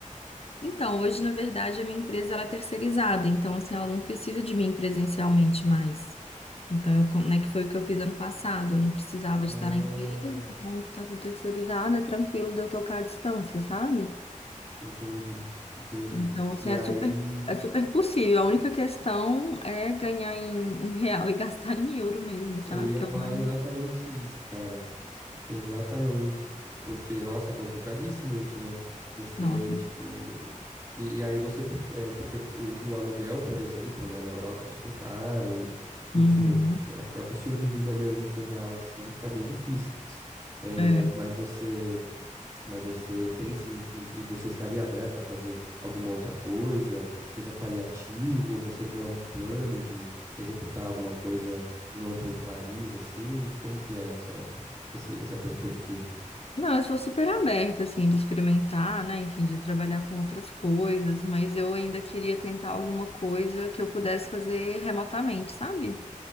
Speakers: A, on the left; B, on the right.
A: Então, hoje, na verdade, a minha empresa ela é terceirizada, então assim, ela não precisa de mim presencialmente mais. Então, eu, con- né, que foi o que eu fiz ano passado, eu não precisava de
B: Ah,
A: estar na empresa, então tá tudo terceirizado, é tranquilo de eu tocar à distância, sabe?
B: entendi, entendi.
A: Então, assim,
B: E
A: é
B: aí,
A: super, é super possível. A única questão é ganhar em, em real <laughs> e gastar em euro mesmo, sabe?
B: eu ia
A: Que
B: falar
A: é o mais.
B: exatamente isso, cara. Exatamente. Porque, nossa, é complicadíssimo isso, né? Você,
A: Nossa.
B: tipo. E e aí você, é, porque o, o aluguel, por exemplo, né, na Europa é super caro e, enfim,
A: Uhum.
B: é, o próprio estilo de vida mesmo com real assim fica bem difícil. É,
A: É.
B: mas você Mas você pensa em, em- em- você estaria aberta a fazer alguma outra coisa, seja paliativo, você tem algum plano de executar alguma coisa em outro país, assim? Como que é essa, esse- essa perspectiva?
A: Não, eu sou super aberta, assim, de experimentar, né? Enfim, de trabalhar com outras coisas, mas eu ainda queria tentar alguma coisa que eu pudesse fazer remotamente, sabe?